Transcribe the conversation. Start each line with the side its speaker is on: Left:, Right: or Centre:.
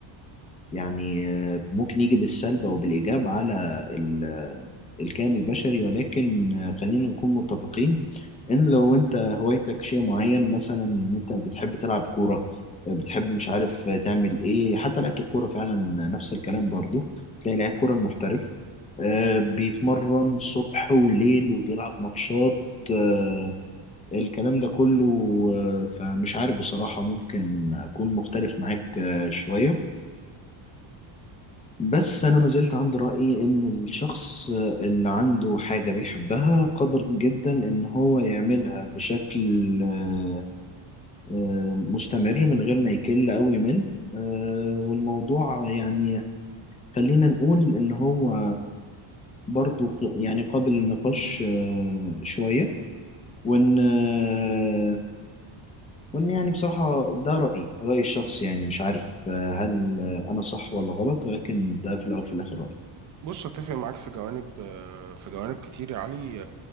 Left: يعني آه، ممكن يجي بالسلب أو بالإيجاب على ال- آه، الكائن البشري ولكن آه، خلينا نكون متفقين إن لو أنت هوايتك شيء معين مثلا إن أنت بتحب تلعب كورة آه، بتحب مش عارف آه، تعمل إيه حتى لعبة الكورة فعلا نفس الكلام برضو تلاقي لعيب كورة المحترف آه، بيتمرن صبح وليل وبيلعب ماتشات آه، الكلام ده كله آه، فمش عارف بصراحة ممكن أكون مختلف معاك آه، شوية بس أنا ما زلت عند رأيي إن الشخص اللي عنده حاجة بيحبها قادر جدا إن هو يعملها بشكل آه، آه، مستمر من غير ما يكل أو يمل آه، والموضوع يعني خلينا نقول إن هو برضو ق- يعني قابل للنقاش آه، شوية وإن آه، وإن يعني بصراحة ده رأيي رأيي الشخصي يعني مش عارف آه، هل أنا صح ولا غلط ولكن ده في الأول وفي الآخر رأيي
Right: بص اتفق معاك في جوانب في جوانب كتير يا علي